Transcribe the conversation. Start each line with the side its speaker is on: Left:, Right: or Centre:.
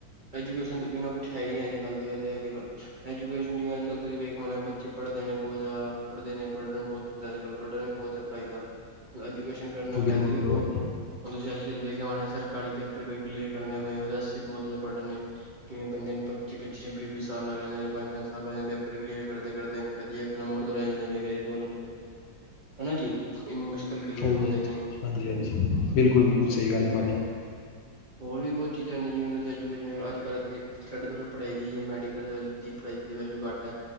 Right: ਐਜੂਕੇਸ਼ਨ ਬਿਨਾਂ ਕੁਛ ਹੈ। ਹੀ ਨਹੀਂ, ਐਅੱਜ ਕੱਲ੍ਹ ਦੇ ਵੈਸੇ ਅਜ ਐਜੂਕੇਸ਼ਨ ਜਿਵੇਂ ਐਜ ਅੱੱਲ ਤੁਸੀਂ ਵੇਖ ਪਾਉਣੇ ਓ। ਬੱਚੇ ਪੜ੍ਹਦੇ ਨੇ ਬਹੁਤ ਜ਼ਿਆਦਾ ਪੜ੍ਹਦੇ ਨੇ ।ਬਰਡਨ ਬਹੁਤ ਹੁੰਦਾ ਏ, ਅੱਜ ਕਲ ਬਰਡਨ ਵੀ ਬਹੁਤ ਹੈ। ਪੜ੍ਹਾਈ ਐਜੂਕੇਸ਼ਨ ਕਰਨ ਦਾ ਫਾਇਦੇ
Left: ਬਿਲਕੁਲ
Right: ਵੀ ਬਹੁਤ ਨੇ ਹੁਣ ਤੁਸੀਂ ਅੱਜ ਕੱਲ ਵੇਖਿਆ ਹੋਣਾ ਸਰਕਾਰੀ ਪੇਪਰ ਕੋਈ ਕਲੀਅਰ ਕਰਨਦੇ ਹੋਏ ਉਹਦੇਸ ਬਹੁਤ ਜ਼ਿਆਦਾ ਵੱਡ ਨੇ ਕਿਵੇਂ ਬੰਦਿਆਂ ਨੂੰ ਪੱਚੀੱਚ ਛੱਬੀ ਵੀਹ ਸਾਲ ਲੱਗ ਜਾਂਦੇ ਜਾਂ ਪੰਜ ਸਾਲ ਲਗ ਜਾਂਦੇ ਪੇਪਰ ਕਲੀਅਰ ਕਰਦੇ ਕਦੇ ਇੱਕ ਨੰਬ ਜ ਨੇ ਦੋ ਨੰਬਰ ਹਨਾ ਜੀ ਇੰਨੀ ਮੁਸ਼ਕਿਲ ਕਲੀਅਰ
Left: ਹਾਂਜੀ
Right: ਹੁੰਦੇ
Left: ਹਾਂਜੀ
Right: ਨੇ
Left: ਹਾਂਜੀ
Right: ਹਨ
Left: ਹਾਂਜੀ
Right: ਜੀ
Left: ਬਿਲਕੁਲ
Right: ਬਹੁਤ
Left: ਬਿਲਕੁਲ
Right: ਮੁਸ਼ਕਿਲ
Left: ਸਹੀ
Right: ਕਲੀਅਰ
Left: ਗੱਲ
Right: ਹੁੰਦੇ
Left: ਹੈ ਭਾਜੀ
Right: ਨੇ ਹੋਰ ਵੀ ਬਹੁਤ ਚੀਜ਼ਾਂ ਨੇ ਜਿਵੇਂ ਤੁਸੀਂ ਐਜੂਕੇਸ਼ਨ ਅੱਜ ਕੱਲ ਇੱਥੇ ਸਾਡੇਥੋ੍ਹੀ ਪੜ੍ਹਾਈ ਦੀ ਮੈਡੀਕਲ ਦੀ ਪੜ੍ਹਾਈ ਦੀਥੋੜ੍ਹੀ ਵੈਲਿਊ ਘਟ ਹੈ